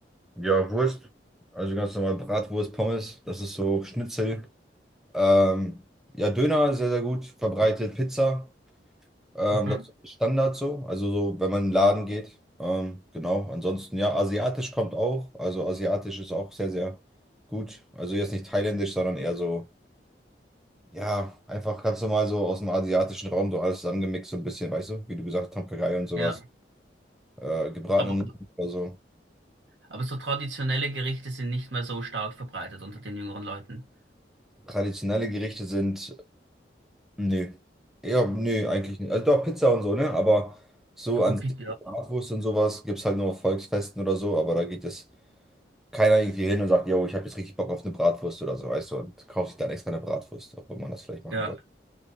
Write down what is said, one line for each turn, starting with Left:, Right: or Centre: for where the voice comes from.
Centre: Ja, Wurst. Also ganz normal Bratwurst, Pommes, das ist so Schnitzel. Ähm, ja, Döner sehr, sehr gut verbreitet. Pizza. Ähm,
Right: Mhm.
Centre: das ist Standard so, also so, wenn man in den Laden geht. Ähm, genau, ansonsten ja, asiatisch kommt auch. Also asiatisch ist auch sehr, sehr gut. Also jetzt nicht thailändisch, sondern eher so, ja, einfach ganz normal so aus dem asiatischen Raum so alles zusammengemixt, so ein bisschen, weißt du, wie du gesagt hast, Tom Kha Gai und sowas.
Right: Ja.
Centre: Äh, gebratene
Right: Aber,
Centre: Nudeln oder so.
Right: aber so traditionelle Gerichte sind nicht mehr so stark verbreitet unter den jüngeren Leuten.
Centre: Traditionelle Gerichte sind, nö. Ja, nö, eigentlich nicht. Also doch Pizza und so, ne? Aber so
Right: Ja, gut,
Centre: an sich,
Right: Pizza. Ja,
Centre: Bratwurst und sowas gibt es halt nur auf Volksfesten oder so, aber da geht es. keiner irgendwie hin und sagt, yo, ich habe jetzt richtig Bock auf eine Bratwurst oder so, weißt du, und kauft sich dann extra eine Bratwurst, obwohl man das vielleicht machen
Right: Ja,
Centre: soll.